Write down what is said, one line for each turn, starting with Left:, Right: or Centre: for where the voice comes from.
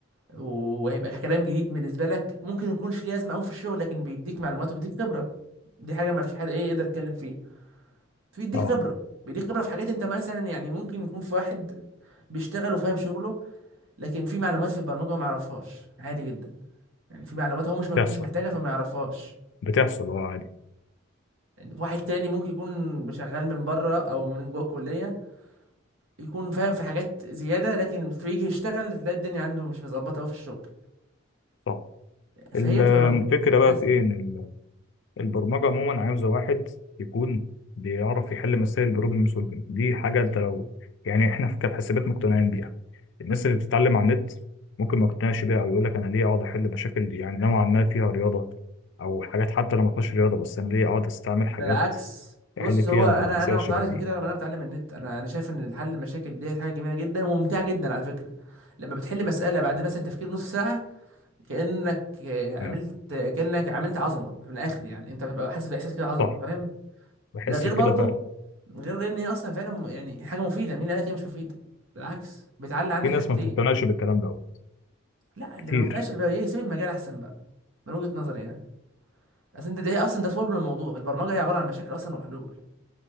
Right: وهيبقى كلام جديد بالنسبه لك ممكن ما يكونش ليه لازمه قوي في الشغل لكن بيديك معلومات وبيديك خبره دي حاجه ما فيش حد ايه يقدر يتكلم فيها بيديك
Left: اه
Right: خبره بيديك خبره في حاجات انت مثلا يعني ممكن يكون في واحد بيشتغل وفاهم شغله لكن في معلومات في البرمجه هو ما يعرفهاش عادي جدا يعني في معلومات هو مش ما يكونش
Left: بتحصل
Right: محتاجها فما يعرفهاش
Left: بتحصل اه عادي
Right: واحد تاني ممكن يكون شغال من بره او من جوه الكليه يكون فاهم في حاجات زياده لكن في يجي يشتغل تلاقي الدنيا عنده مش مظبطه قوي في الشغل
Left: صح
Right: فهي
Left: الفكرة
Right: بتبقى متناسبه
Left: بقى في ايه ان ال- البرمجة عموما عاوزة واحد يكون بيعرف يحل مسائل بروبلم سولفنج دي حاجة انت لو يعني احنا في كحاسبات مقتنعين بيها الناس اللي بتتعلم على النت ممكن ما يقتنعش بيها او يقول لك انا ليه اقعد احل مشاكل يعني نوعا ما فيها رياضة او حاجات حتى لو ما فيهاش رياضة بس انا ليه اقعد استعمل حاجات
Right: بالعكس بص
Left: احل فيها
Right: هو انا
Left: مسائل
Right: انا ما اقتنعتش
Left: شبه دي
Right: بكده لما انا بتعلم النت انا انا شايف ان حل المشاكل دي حاجه جميله جدا وممتعه جدا على فكره لما بتحل مساله بعد مثلا تفكير نص ساعه كانك آه،
Left: آه.
Right: عملت كانك عملت عظمه من الاخر يعني انت بتبقى حاسس باحساس كده عظمه
Left: صح
Right: فاهم
Left: بحس
Right: ده غير
Left: بكده
Right: برضه
Left: فعلا
Right: غير غير ان هي اصلا فعلا م- يعني حاجه مفيده مين اللي قالك هي مش مفيده بالعكس بتعلي عندك
Left: في ناس
Right: حاجتين
Left: ما بتقتنعش بالكلام ده أوي.
Right: لا
Left: كتير
Right: اللي ما مقتنعش بيها يسيب المجال احسن بقى من وجهه نظري يعني اصل انت ده اصلا ده صلب الموضوع البرمجه هي عباره عن مشاكل اصلا وحلول